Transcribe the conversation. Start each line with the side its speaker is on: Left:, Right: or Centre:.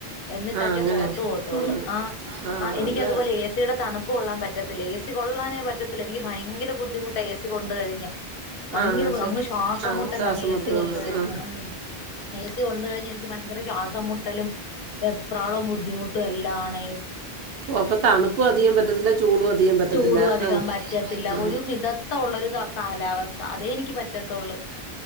Left: എന്നിട്ടൊക്കെ
Right: ആഹ് അങ്ങനെയാ
Left: പുറത്തു പോകത്തൊള്ളു
Right: പോന്ന്
Left: ആ
Right: ആഹ്
Left: ആ എനിക്ക്
Right: അത്
Left: അതുപോലെ ഏ സിയുടെ തണുപ്പ് കൊള്ളാൻ പറ്റത്തില്ല ഏസി കൊള്ളാനേ പറ്റത്തില്ല എനിക്ക് ഭയങ്കര ബുദ്ധിമുട്ടാ ഏസി കൊണ്ട് കഴിഞ്ഞാ ഭയങ്കര
Right: ആഹ് ശ്വാ
Left: അങ്ങ് ശ്വാസം
Right: ആഹ്
Left: മുട്ടലാ
Right: ശ്വാസം
Left: അങ്ങ് ഏസി
Right: മുട്ട് വന്ന്
Left: കൊണ്ട് കഴിഞ്ഞാ
Right: ആഹ്
Left: ഉം ഏസി കൊണ്ട് കഴിഞ്ഞാ എനിക്ക് ഭയങ്കര ശ്വാസം മുട്ടലും വെപ്രാളും ബുദ്ധിമുട്ടും എല്ലാം ആണേ
Right: അപ്പൊ തണുപ്പും അധികം പറ്റത്തില്ല ചൂടും അധികം പറ്റത്തില്ല
Left: ചൂടും അധികം
Right: ആ
Left: പറ്റത്തില്ല
Right: ആ
Left: ഒരു മിതത്വം ഉള്ള ഒരു കാലാവസ്ഥ അതെ എനിക്ക് പറ്റത്തൊള്ളു